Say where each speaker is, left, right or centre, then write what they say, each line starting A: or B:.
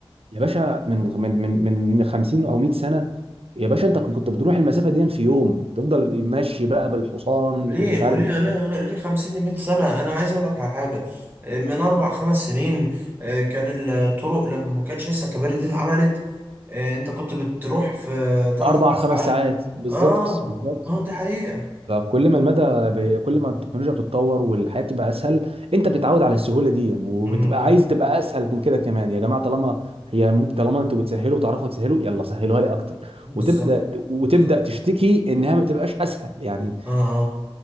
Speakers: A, on the right; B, on the right.
A: يا باشا من من من من 50 او 100 سنه يا باشا انت كنت بتروح المسافه دي في يوم تفضل ماشي بقى بالحصان
B: وليه
A: مش
B: وليه
A: عارف
B: ليه ليه 50 ل 100 سنة انا عايز اقول لك على حاجة من اربع خمس سنين آه، كان الطرق لما ما كانتش لسه الكباري دي اتعملت آه، انت كنت بتروح في 3
A: اربع
B: 4
A: خمس
B: ساعات
A: ساعات بالظبط
B: اه
A: بالظبط
B: اه دي حقيقة
A: فكل ما المدى ب... كل ما التكنولوجيا بتتطور والحياه بتبقى اسهل انت بتتعود على السهوله دي وبتبقى
B: م- م.
A: عايز تبقى اسهل من كده كمان يا جماعه طالما هي ممكن طالما انتوا بتسهلوا وتعرفوا تسهلوا يلا سهلوها لي اكتر
B: بالظبط
A: وتبدا وتبدا
B: بالظبط
A: تشتكي انها ما بتبقاش اسهل يعني
B: اه اه